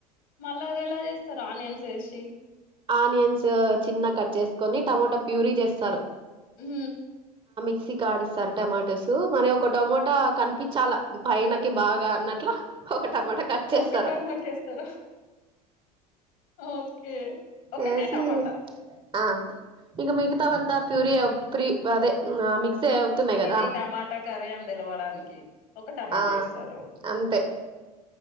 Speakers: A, on the left; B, on the right.
A: మళ్ళా అది ఎలా చేస్తారు ఆనియన్స్ ఎసి
B: ఆనియన్స్ చిన్న గా కట్ చేసుకొని టమోటా ప్యూరీ చేస్తారు
A: ఉ
B: మిక్స్ కి ఆడిస్తారు టమాటోస్ మరి ఒక టొమోటా కనిపించాలా పైనకి బాగా అన్నట్ల ఒక టమాటా కట్ చేస్తారు
A: ఒక టమోటా వేస్తారా ఓకే ఒకటే
B: చేసి
A: టమోటా
B: ఆ ఇంక మిగతావంతా ప్యూరీ ప్రీ అదే మిక్సీ అవుతున్నాయి కదా
A: ఇది టమోటా కర్రీ అండి పిలవడానికి ఒక్క టమోటా
B: ఆ
A: వేస్తారు
B: అంతే